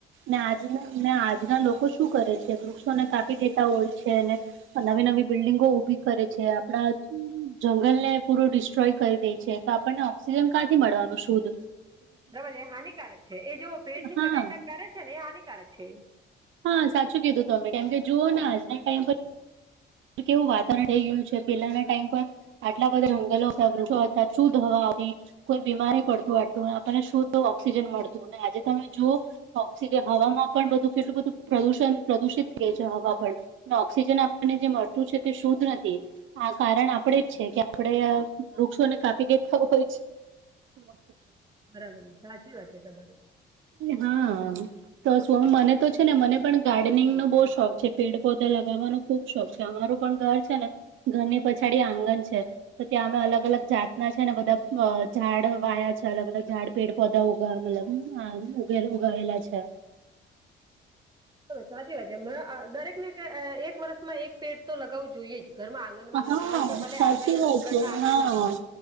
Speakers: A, on the right; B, on the right.
A: ને આજના ને આજના લોકો શું કરે છે વૃક્ષોને કાપી દેતા હોય છે ને નવી નવી બિલ્ડિંગો ઉભી કરે છે આપડા. જંગલ ને પૂર ડિસ્ટ્રોય કરી દે છે તો આપણને ઓક્સિજન ક્યાંથી મળવાનું શુદ.
B: બરાબર એ હાનિકારક છે એ જો પેડ ની
A: હા
B: કટાઈ થ કરે છે ને એ હાનિકારક છે.
A: હા સાચું કીધું તું તમે કેમ કે જુઓ ને આજના ટાઈમ પર કેવું વાતાવરણ થઈ ગયું છે પેલાના ટાઈમ પર. આટલા બધા જંગલો હતાથ વૃક્ષો શુદ્ધ હવા. કોઈ બીમારી પડતું આટતું આપણને શુદ્ધ ઓક્સિજન મળતું આજે તમે જોઓ. ઓક્સિજન હવામાં પણ બધું કેટલું બધું પ્રદુષણ પ્રદુષિત થય છે હવા પણ. ઓક્સિજન આપણને જે મળતું છે તે શુદ્ધ નથી. આ કારણ આપડે જ છે કે આપડે વૃક્ષોને કાપી દેતા હોય જ. હ <inaudible>
B: બરાબર છે સાચી વાત છે તમારી.
A: હા તો સ્વામી મને
B: મારે
A: તો
B: પણ
A: છે
B: કહેવાનું
A: ને મને પણ ગાર્ડનિંગ નો બહુ શોખ. પેડ પધા લગાવવાનો ખુબ શોખ છે અમારું પણ ઘર છે ને ઘરની પછાડી આંગણ છે. તો ત્યાં અમે અલગ અલગ જાતના છે ને બધા ઝાડ વાયા છે અલગ અલગ ઝાડ પેડ પધા ઉગા મતલબ. હ ઉગે ઉગાવેલા છે.
B: સાચી વાત છે દરેક. એક વર્ષમાં એક પેટ તો લગાવું જોઈએ જ ઘરમાં આંગણ. ઘમાં
A: હા
B: લગાવો કે ભલે
A: સાચી
B: આગળ
A: વાત
B: ઘરના
A: છે
B: આગળ
A: હા
B: લગાવો.